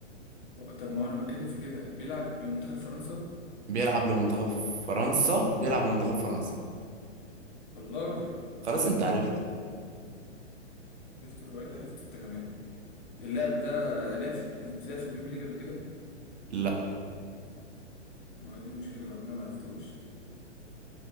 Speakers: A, on the left; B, on the right.
A: و- طب ما هو انا بتكلم في كده بيلعب لمنتخب فرنسا
B: بيلعب لمنتخب فرنسا بيلعب لمنتخب فرنسا
A: والله
B: خلاص انت عرفت
A: عرفت هو ايه اللي عرفته انت كمان اللاعب ده لعب في لعب في البيم ليج قبل كده
B: لا
A: ما هو دي المشكله بقى ما انا ما عرفتوش